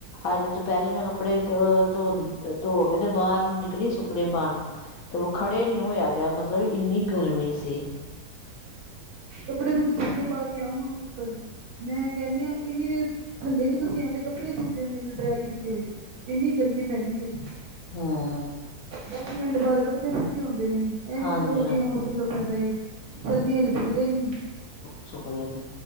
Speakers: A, on the left; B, on the right.
A: ਅੱਜ ਦੁਪਹਿਰੇ ਮੈਂ ਕੱਪੜੇ ਧੋ ਧੋ ਧੋ ਕੇ ਤੇ ਬਾਹਰ ਨੂੰ ਨਿਕਲੀ ਸੁੱਕਣੇੇ ਪਾਣ। ਤੇ ਖੜੇ ਨੀ ਹੋਇਆ ਗਿਆ ਮਤਲਬ ਇੰਨੀ ਗਰਮੀ ਸੀ।
B: ਕੱਪੜੇ ਤੁਸੀਂ ਸੁੱਕਨੇ ਪਾ ਕੇ ਆਓ ਨਾ ਉੱਪਰ। ਮੈਂ ਕਹਿਣੀ ਆ ਇੰਨੀ ਦੇ ਥੱਲੇ ਨੂੰ ਤੁਸੀਂ ਆਂਦੇ ਕੱਪੜੇ ਸੁੱਕ ਜਾਂਦੇ ਨੇ ਡਰੈਲ ਕੀਤੇ ਹੋਏ। ਇੰਨੀ ਗਰਮੀ ਪੈਂਦੀ ਏ।
A: ਹਮ।
B: ਦਸ ਮਿੰਟ ਬਾਅਦ ਕੱਪੜੇ ਸੁੱਕੇ ਹੁੰਦੇ ਨੇ ਇਹ
A: ਹਾਂਜੀ-ਹਾਂਜੀ
B: ਵੀ ਚਲੋ ਵਧੀਆ ਮੌਸਮ ਦਾ ਫਾਇਦਾ ਏ। ਨਹੀਂ ਤਾ ਸੁਕਦੇ ਨੀ।
A: ਸੁੁਕਦੇ ਨੀ